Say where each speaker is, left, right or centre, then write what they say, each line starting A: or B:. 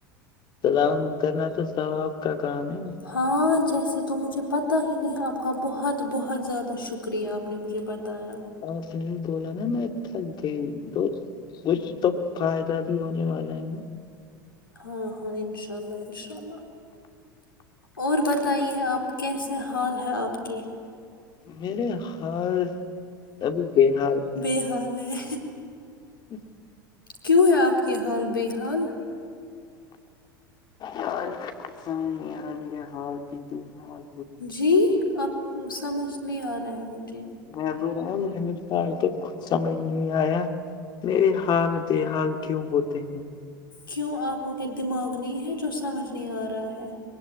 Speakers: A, on the left; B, on the left.
A: سلام کرنا تو سو آاب کا کام ہے
B: ہاں جیسے تو مجھے پتہ ہی نہیں آپ کا بہت بہت زیادہ شکر شکریہ آپ نے مجھے بتایا
A: آپنے ہی بولا نا میں تھک گئی تو فائدہ بھی ہونے والا ہے
B: ہاں ہاں انشاء اللہ انشاء اللہ اور بتائیے آپ کیسے حال ہے آپ کے
A: میرے ہال ابھی بے حال ہے
B: ب حال ہے
A: <inaudible> <unintelligible>
B: کیوں ہے آپ کے حال بے حال
A: یار مجھے خود سمجھ نہی آرہا ہے میرے حال کیو بے حال
B: جی اب سمجھ نہیں آ رہا ہے مجھے
A: میں بول رہا ہو ہم تو آج تک خود سمجھ نہی آیا میرے حال بے حال کیوں ہوتے ہیں
B: کیوں آپ کو کے دماغ نہیں ہے جو سمجھ نہیں آ رہا ہے